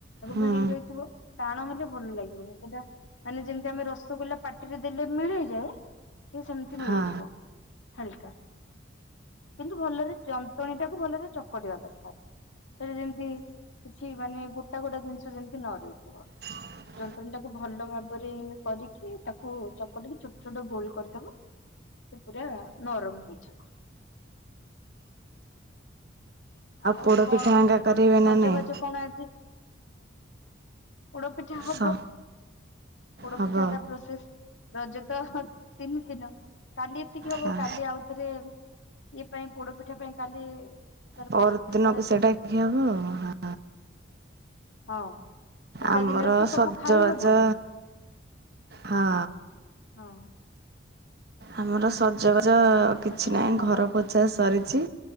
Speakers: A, on the right; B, on the left.
A: ହୁଁ
B: ବିଡିଗି ରହିଥିବ। ଟାଣ ହେଲେ ଭଲ ଲାଗିବନି ସେଇଟା ମାନେ ଯେମିତି ଆମେ ରସଗୋଲା ପାଟିରେ ଦେଲେ ମିଳେଇଯାଏ। ଏ ସେମିତି ମିଳିଯିବ
A: ହଁ
B: ହାଲକା କିନ୍ତୁ ଭଲରେ ଯନ୍ତୁଆଣୀ ଟାକୁ ଭଲରେ ଚକଟିବା ଦରକାର। ସେଠି ଯେମତି କିଛି ମାନେ ଗୋଟା ଗୋଟା ଜିନିଷ ଯେମତି ନ ରହିଥିବ।
A: <unintelligible>
B: ଯାନ୍ତୁଣିଟାକୁ ଭଲ ଭାବରେ ଇଏ କରିକି ତାକୁ ଚକଟିକି ଛୋଟ ଛୋଟ ଗୋଲ କରିଦବ। ସେ ପୁରା ନରମ ହେଇଯିବ। ଆଉ
A: ପୋଡ଼ପିଠା
B: କଣ
A: ହେଙ୍କା କରିବେ
B: ସଜବାଜ
A: ନା ନାଇଁ
B: କଣ ଆଜି? ପୋଡପିଠା ହବ
A: ସ
B: ପୋଡ
A: ହବ
B: ପିଠାଟା ପ୍ରସିସ୍ ରଜ ତ ତିନି ଦିନ କାଲି ଏତିକି ହବ
A: ହଁ
B: କାଲି ଆଉ ଏଥିରରେ ଇଏ ପାଇଁ ପୋଡ ପିଠା ପାଇଁ କାଲି ତାର
A: ପରଦିନକୁ
B: ପ୍ରସ୍ତୁତି କରାଯିବ
A: ସେଇଟା ଖିଆ ହବ।
B: ହଁ। ଏକା
A: ଆମର
B: ଦିନରେ ତ ସବୁ
A: ସଜବାଜ
B: ଖାଇ ହବନି
A: ହଁ।
B: ହଁ।
A: ଆମର ସଜବାଜ କିଛି
B: ଭୋଜିଭାତ
A: ନାହିଁ
B: କଣ
A: ଘର
B: କରିବୁ
A: ପୋଛା ସରିଛି।